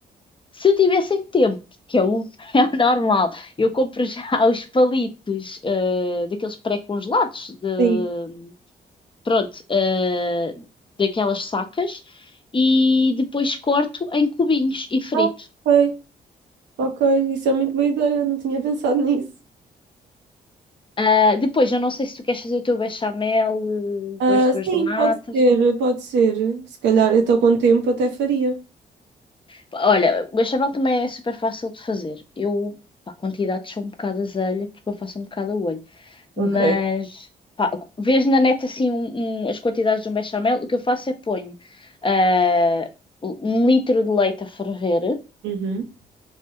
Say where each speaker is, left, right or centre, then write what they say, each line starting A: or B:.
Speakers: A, on the left; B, on the right.
A: Se tivessem tempo, que é o, <laughs> é o normal, eu compro já <laughs> os palitos, ah, daqueles pré-congelados, de,
B: Sim.
A: pronto, ah, daquelas sacas, e depois corto em cubinhos e frito.
B: Ah, ok, ok, isso é muito boa ideia, não tinha pensado nisso.
A: Ah, depois, eu não sei se tu queres fazer o teu bechamel eh,
B: Ah,
A: com as tuas
B: sim,
A: natas.
B: pode ser, pode ser. Se calhar, eu estou com o tempo, até faria.
A: Pá, Olha, o bechamel também é super fácil de fazer. Eu, pá, quantidades são um bocado azelha, porque eu faço um bocado a olho. Mas,
B: Ok.
A: pá, vês na net assim um- um- as quantidades de um bechamel, o que eu faço é ponho ah, um litro de leite a ferver,
B: Uhum.